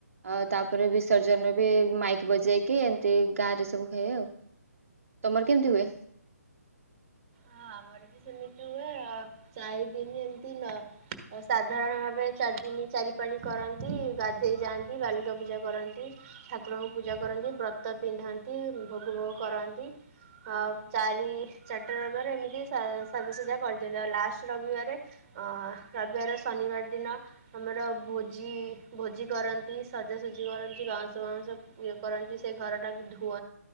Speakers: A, on the right (about 55°); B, on the right (about 25°).
A: ଆ ତାପରେ ବିସର୍ଜନ ବି ମାଇକ ବଜେଇକି ଏମିତି ଗାଁ ରେ ସବୁ ଖାଇ ତମର କେମିତି ହୁଏ?
B: ହଁ ଆମର ବି ସେମିତି ହୁଏ ଚାରି ଦିନ ଏମ୍ତି ନ ସାଧାରଣ ଭାବେ ଚାରିଦିନ ଚାରିପାଳି କରନ୍ତି ଗାଧୋଇ ଯାଆନ୍ତି, ବାଲୁକା ପୂଜା କରନ୍ତି ଠାକୁରଙ୍କୁ ପୂଜା କରନ୍ତି ବ୍ରତ ପିନ୍ଧନ୍ତି ଭୋଗ ଭୋଗ କରନ୍ତି ଆ ଚାରି ଚାର୍ ଟା ଏମିତି ସା ସାଜ ସଜା କରିଛନ୍ତି ଆଉ ଲାଷ୍ଟ ରବିବାର ରବିବାର ଶନିବାର ଦିନ ଆମର ଭୋଜି ଭୋଜି ରନ୍ତି ସାଜ ସଜି କରନ୍ତି ବାଉ ବାଉ କର ସେ ଘରଟା ବି ଧୁ